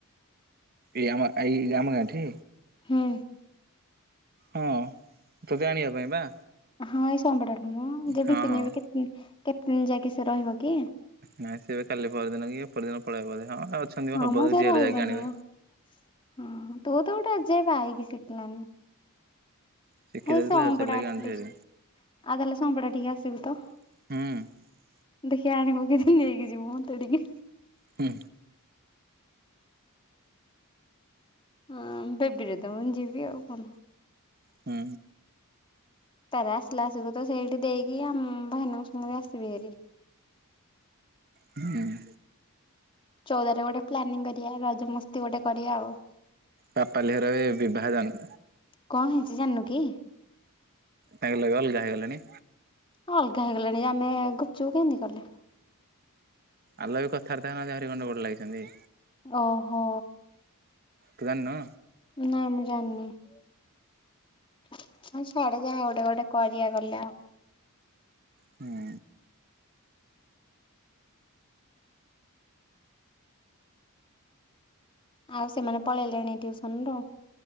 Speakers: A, on the right; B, on the left.
A: ଏଇଆମ ଏଇ ଆମ ଗାଁଠି।
B: ହୁଁ।
A: ହଁ ତୋତେ ଆଣିବା ପାଇଁ ବା।
B: ହଁ। କଭଡାୁ <unintelligible> ମ ଯେ
A: ହଁ
B: ବିପିନି
A: ହଁ।
B: କେ। <unintelligible> କେତେ ଦିନ ଯାଇକି ସେ ରହିବ କି?
A: ନାଇଁ ସେ ଏବେ କାଲି ପରଦିନ କି ଅପରଦିନ ପଳେଇବ ବୋଧେ। ହଁ ଅଛନ୍ତି
B: ହଁ
A: ହବ
B: ମ ଯେ
A: ଯିଏ
B: ରହିବନି
A: ହେଲେ ଯାଇକି ଆଣିବେ।
B: ମ ହଁ। ତୁ ତ ଗୋଟେ ଆଜି ଯାଏ ବାଇକି ଶିଖିଲାନି।
A: ଶିଖି
B: ଏଇ
A: ଯାଇଥିଲେ
B: ସଂପଡା
A: ସେଥିଲାଗି
B: ଆଟଲିଷ୍ଟ
A: ଆଣିଛି ହାରି
B: ଆଉ ତାହେଲେ ସମ୍ପଡା ଟିକେ ଆସିବୁ ତ।
A: ହୁଁ।
B: ଦେଖିଆ ଆଣିବୁ କିଦି ନେଇକି ଯିବୁ ମତେ ଟିକେ।
A: ହୁଁ
B: ହଁ ବେବିରେ ତ ମୁଁ ଯିବି ଆଉ କଣ।
A: ହୁଁ
B: ପାର ଆସିଲା ଆସିବୁ ତ ସେଇଠି ଦେଇକି ଆମ ଭାଇନାଙ୍କ ସାଙ୍ଗରେ ଆସିବି ହେରି।
A: ହୁଁ
B: ଚଉଦ ରେ ଗୋଟେ ପ୍ଲାନିଂ କରିବା ରଜମସ୍ତି ଗୋଟେ କରିବା ଆଉ।
A: ବାପା ଲେହର ବି ବିଭାଜନ।
B: କଣ ହେଇଛି ଜାଣିନୁ କି?
A: ତାଙ୍କ ଲାଗି ଅଲଗା ହେଇଗଲେଣି।
B: ହଁ ଅଲଗା ହେଇଗଲେଣି ଆମେ ଗୁପଚୁପ୍ କେମିତି କଲେ।
A: ଆଲ ବି କଥାରେ ତାଙ୍କର ଆହରି ଗଣ୍ଡ ଗୋଡ ଲାଗିଛନ୍ତି।
B: ଓହୋ।
A: ତୁ ଜାନୁ।
B: ନାଇଁ ମୁଁ ଜାଣିନି। ସିଆଡେ ଯାଏ ଗୋଟେ ଗୋଟେ କରିବା ଗଲେ ଆଉ।
A: ହୁଁ
B: ଆଉ ସେମାନେ ପଳେଇଲେଣି ଟିଉସନ୍ ରୁ?